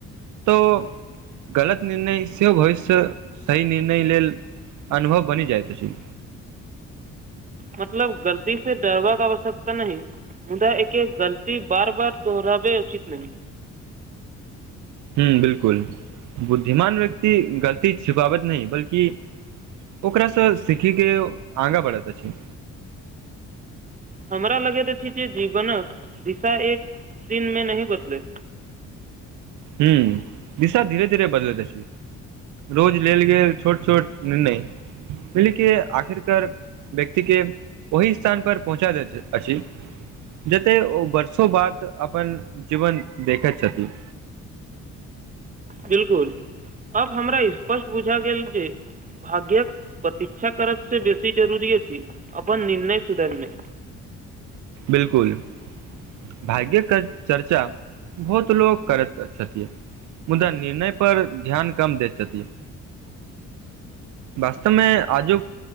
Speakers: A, on the right; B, on the right.
A: तऽ गलत निर्णय सेहो भविष्य सही निर्णय लेल अनुभव बनि जाइत अछि
B: मतलब गलती से डबाक आवश्यकता नहि मुदा एके गलती बार बार दोहराबे उचित नहि
A: हूॅं बिलकुल बुद्धिमान व्यक्ति गलती छिफावत नहि बल्कि ओकरास सीखी के आंगा बढ़ैत अछि
B: हमरा लगैत अछि जे जीवनक दिशा एक दिनमे नहि बदलै
A: हूं दिशा धीरे धीरे बदलैत अछि रोज लेल गेल छोट छोट निर्णय पलि के आखिरकार व्यक्ति के ओहि स्थान पर पहुँचा दैत अछि जते ओ वर्षों बाद अपन जीवन देखैत छथिन
B: बिलकुल अब हमरा स्पष्ट बुझा गेल जे भाग्यक प्रतीक्षा करब से बेसी जरुरी अछि अपन निर्णय सुधरनाइ
A: बिलकुल भाग्यके चर्चा बहुत लोक करैत छथिन मुदा निर्णय पर ध्यान कम दै छथिन वास्तव में आजुक